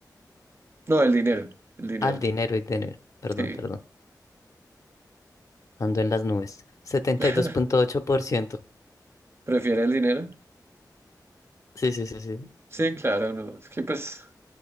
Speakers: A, on the right (about 35°); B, on the left (about 50°).
A: No, el dinero, el dinero.
B: Al dinero y dinero, perdón,
A: Sí.
B: perdón. Ando en las nubes. setenta
A: <laughs>
B: y dos punto ocho por ciento
A: ¿Prefiere el dinero?
B: Sí, sí, sí, sí.
A: Sí, claro, no. Es que pues